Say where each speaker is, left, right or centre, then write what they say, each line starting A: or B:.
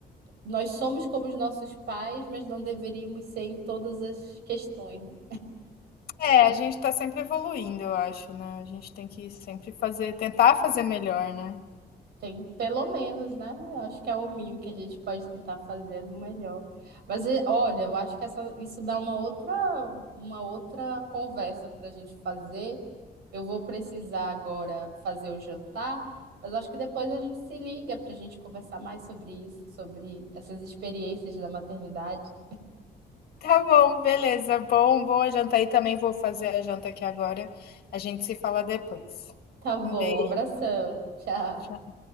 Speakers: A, on the right; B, on the left.
A: Nós somos como os nossos pais, mas não deveríamos ser em todas as questões, né?
B: É, a gente tá sempre evoluindo, eu acho, né. A gente tem que sempre fazer tentar fazer melhor, né.
A: Tem pelo menos, né? Eu Acho que é o mínimo que a gente pode tentar fazer é o melhor. Mas eh, olha, eu acho que essa, isso dá uma outra, uma outra conversa para a gente fazer. Eu vou precisar agora fazer o jantar, mas eu acho que depois a gente se liga para a gente conversar mais sobre isso, sobre essas experiências da maternidade.
B: Tá bom, beleza. Bom boa janta aí, também vou fazer a janta aqui agora. A gente se fala depois.
A: Tá bom,
B: Um beijo.
A: um abração. Tchau.
B: Tchau.